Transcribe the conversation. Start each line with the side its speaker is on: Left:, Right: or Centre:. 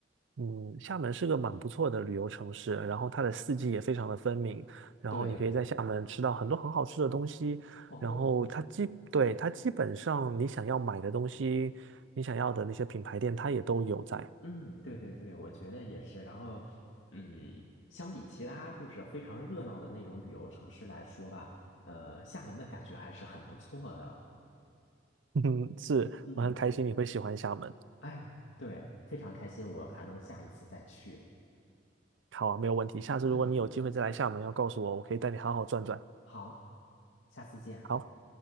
Right: 嗯，厦门是个蛮不错的旅游城市，然后它的四季也非常的分明，然后你可以在厦门吃到很多很好吃的东西，
Left: 对，哦，
Right: 然后它基，对，它基本上你想要买的东西，你想要的那些品牌店，它也都有在。
Left: 嗯，对对对，我觉得也是。然后，嗯，相比其他就是非常热闹的那种旅游城市来说吧，呃，厦门的感觉还是很不错的。
Right: <laughs> 嗯，是，
Left: 嗯，
Right: 我很开心你会喜欢厦门。
Left: 哎，对，非常开心，我还能下一次再去。
Right: 好啊，没有问题。下次如果你有机会再来厦门，
Left: 嗯，
Right: 要告诉我，我可以带你好好转转。
Left: 好，下次见，
Right: 好，